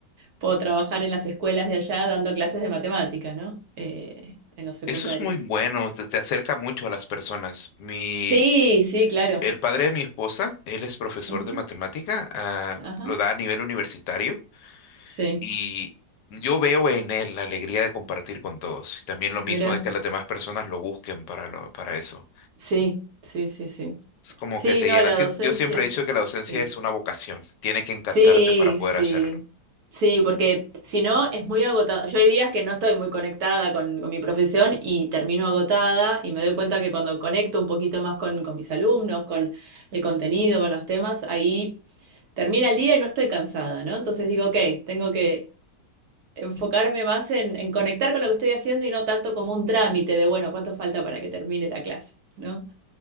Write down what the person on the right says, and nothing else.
puedo trabajar en las escuelas de allá dando clases de matemática, ¿no? Eh, en los secundarios.
Sí, sí, claro.
Ujú,
Ajá.
Sí,
mira,
sí, sí, sí, sí.
Sí,
no,
la
docencia.
Sí.
Sí,
sí,
sí, porque si no es muy agotado. Yo hay días que no estoy muy conectada con, con mi profesión y termino agotada y me doy cuenta que cuando conecto un poquito más con, con mis alumnos, con el contenido, con los temas, ahí termina el día y no estoy cansada, ¿no? Entonces digo, ok, tengo que enfocarme más en, en conectar con lo que estoy haciendo y no tanto como un trámite de, bueno, ¿cuánto falta para que termine la clase? ¿No?